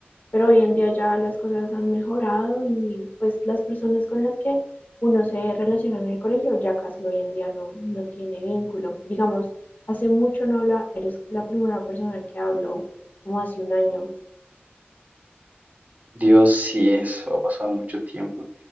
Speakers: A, on the left (about 50°); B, on the right (about 40°).
A: pero hoy en día ya las cosas han mejorado y pues las personas con las que uno se relaciona en el colegio ya casi hoy en día no, no tiene vínculo. Digamos, hace mucho no hablaba, eres la primera persona que habló como hace un año.
B: Dios, sí, eso ha pasado mucho tiempo.